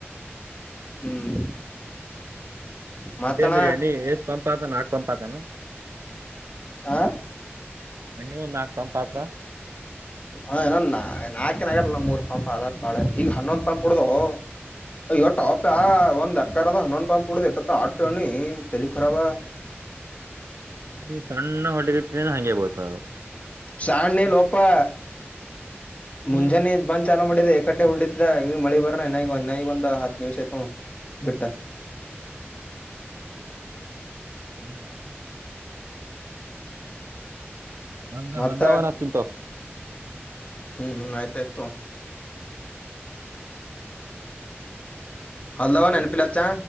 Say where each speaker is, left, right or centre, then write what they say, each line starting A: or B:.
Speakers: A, on the left (about 35°); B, on the right (about 75°).
A: ಹ್ಮ್. ಮತ್ತಣ
B: ಹೊಡಿ ಅಂದ್ರ ಎಣ್ಣಿ ಎಸ್ ಪಂಪಾತದ ನಾಕ್ ಪಂಪತಾದನು.
A: ಆ
B: ಎಣ್ಣಿ ಒಂದ್ ನಾಕ್ ಪಂಪ್ ಆತದ.
A: ಹ ಏನೊ ನಾ ನಾಕೇನ್ ಆಗಲ್ ಮೂರ್ ಪಂಪ್ ಅದತ್ ಬಾಳೆ ಈಗ ಹನ್ನೊಂದ್ ಪಂಪ್ ಹುಡ್ಡೋದೋ ಅಯ್ಯೋ ಎಟೊ ಅಪ್ಯ ಒಂದ್ ಎಕ್ಕರದ ಹನ್ನೊಂದು ಪಂಪ್ ಹುಡ್ದ್ ಇಟ್ಟೊತ್ತ ಅಟ್ಟ ಏಣ್ಣಿ ತಲಿ ಖರಾಬ.
B: ಮತ್ ಸಣ್ಣ ಹೋಡ್ಲಿಗತಿದೇನೋ ಹಂಗೆ ಬೀಳ್ತದ ಅದು.
A: ಸಣ್ಣಿಲೋಪಾ ಮುಂಜೆನೆ
B: ಹ್ಮ್
A: ಬಂದ್ ಚಾಲೂ ಮಾಡಿದ ಎಕಟ್ಟೆ ಹೋಡ್ಲಿದ ಈಗ ಮಳಿ ಬರ್ರನ ಹೀನಾ ಇಗ ಹೀನಾ ಇಗ ಒಂದ ಹತ್ತ ನಿಮಿಷ ಆಯಿತ ನೋಡ್ ಬಿಟ್ಟ. <inaudible>
B: ನಿಂಗ. ಒಂದ
A: ಮತ್ತ
B: ಒಂದ ವಾರ ಅಚ್ತಿನಿತೋಗೂ.
A: ಹ್ಮ್ ಹ್ಮ್ ಆಯ್ತ ಆಯ್ತು ತೊಗೊ. ಹದ ನೆನ ಪಿಲಚ್ಚಾ.